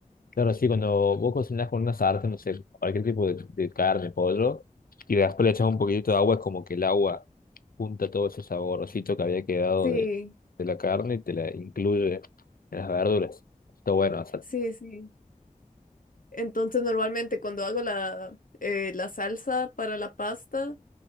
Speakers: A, on the left; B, on the left.
A: Claro, sí, cuando vos cocinás con una sartén, no sé, cualquier tipo de, de carne, pollo, y después le echás un poquitito de agua, es como que el agua junta todo ese saborcito que había quedado
B: <laughs> Sí.
A: de, de la carne y te la incluye en las verduras. Está bueno hacer,
B: Sí, sí. Entonces, normalmente cuando hago la, eh, la salsa para la pasta,